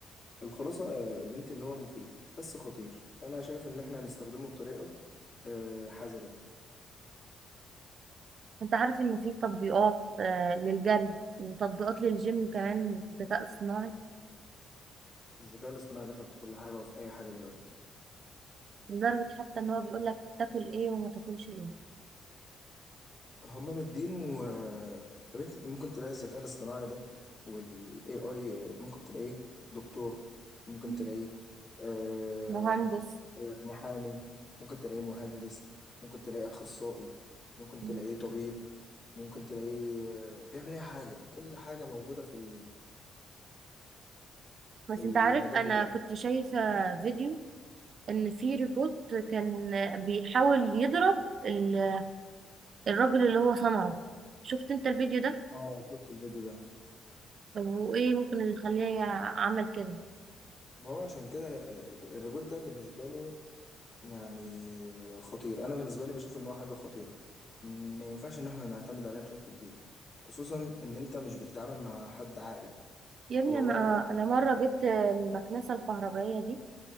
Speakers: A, on the left; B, on the right.
A: الخلاصة يا بنتي إن هو مفيد بس خطير فأنا شايف إن إحنا هنستخدمه بطريقة آه، حذرة
B: انت عارف ان في تطبيقات آه، للجري وتطبيقات للجيم كمان في الذكاء الصناعي
A: الذكاء الاصطناعي دخل في كل حاجة وفي أي حاجة دلوقتي
B: لدرجة حتى ان هو بيقول لك تاكل ايه وما تاكلش ايه
A: هما مدينه آه، يا بنتي أنت ممكن تلاقي الذكاء الاصطناعي ده وال AI ممكن تلاقيه دكتور ممكن
B: مم.
A: تلاقيه آه،
B: مهندس
A: محامي ممكن تلاقيه مهندس ممكن تلاقيه أخصائي ممكن تلاقيه
B: مم.
A: طبيب ممكن تلاقيه آه، بيعمل أي حاجة كل حاجة موجودة في ال- في
B: بس
A: المجال
B: انت عارف انا
A: بتاعه
B: كنت شايفة فيديو ان في روبوت كان بيحاول يضرب ال- الراجل اللي هو صنعه شفت انت الفيديو ده
A: اه شفت الفيديو ده
B: طب وايه ممكن اللي يخليه عمل كده
A: ما هو عشان كده آه، الريبوت ده بالنسبة له يعني خطير أنا بالنسبة لي بشوف إن هو حاجة خطيرة م- ما ينفعش إن إحنا نعتمد عليها بشكل كبير خصوصا إن أنت مش بتتعامل مع حد عاقل
B: يا ابني
A: هو
B: انا
A: واعي
B: انا
A: بس
B: مرة
A: مش عاقل.
B: جبت المكنسة الكهربائية دي